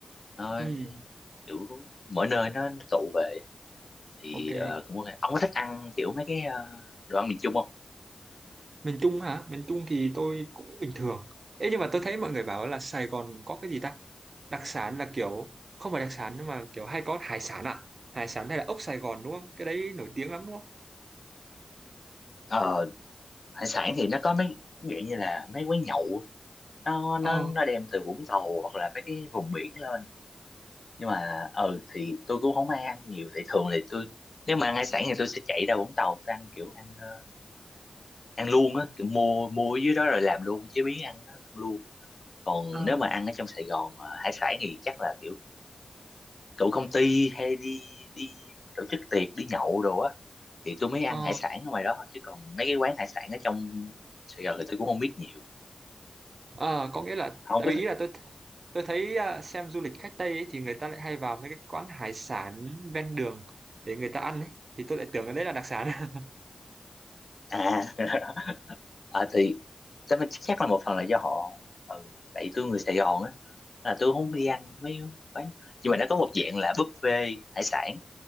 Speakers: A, on the left; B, on the right.
A: nó
B: ừm,
A: kiểu mỗi nơi nó, nó tụ về thì
B: ok.
A: ờ, cũng ok ông có thích ăn kiểu mấy cái ờ, đồ ăn miền Trung không
B: miền Trung hả miền Trung thì tôi cũng bình thường Ê nhưng mà tôi thấy mọi người bảo là Sài Gòn có cái gì ta đặc sản là kiểu không phải đặc sản nhưng mà kiểu hay có hải sản à hải sản hay là ốc Sài Gòn đúng không cái đấy nổi tiếng lắm đúng không
A: ờ hải sản thì nó có mấy dạng như là mấy quán nhậu á. nó nó
B: ờ
A: nó đem từ Vũng Tàu hoặc là mấy cái vùng biển lên nhưng mà ừ thì tôi cũng không ai ăn nhiều thì thường thì tôi nếu mà ăn hải sản thì tôi sẽ chạy ra Vũng Tàu tôi ăn kiểu ăn ờ, ăn luôn á kiểu mua mua ở dưới đó rồi làm luôn chế biến ăn cái đó ăn luôn còn
B: Ờ,
A: nếu mà ăn ở trong Sài Gòn mà hải sản thì chắc là kiểu tụ công ty hay đi đi tổ chức tiệc đi nhậu đồ á thì tôi mới ăn
B: ờ
A: hải sản ở ngoài đó thôi chứ còn mấy cái quán hải sản ở trong Sài Gòn thì tôi cũng không biết nhiều
B: ờ có nghĩa là
A: không
B: tại
A: có
B: vì ý là tôi tôi thấy à, xem du lịch khách Tây ấy, thì người ta lại hay vào mấy cái quán hải sản ven đường để người ta ăn ấy thì tôi lại tưởng cái đấy là đặc sản <laughs>
A: à <laughs> à thì chắc chắc là một phần là do họ ừ, tại tôi người Sài Gòn á là tôi không đi ăn mấy quán nhưng mà nó có một dạng là buffet hải sản